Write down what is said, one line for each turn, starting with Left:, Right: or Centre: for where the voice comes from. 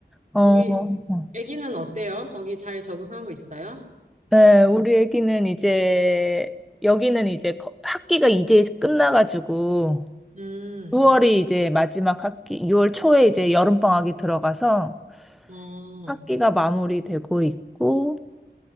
Centre: 어,
Right: 거기,
Centre: 어.
Right: 아기는 어때요? 거기 잘 적응하고 있어요?
Centre: 네, 우리 애기는 이제, 여기는 이제 거- 학기가 이제 끝나가지고,
Right: 음,
Centre: 6월이 이제 마지막 학기, 6월 초에 이제 여름방학이 들어가서
Right: 어.
Centre: 학기가 마무리되고 있고,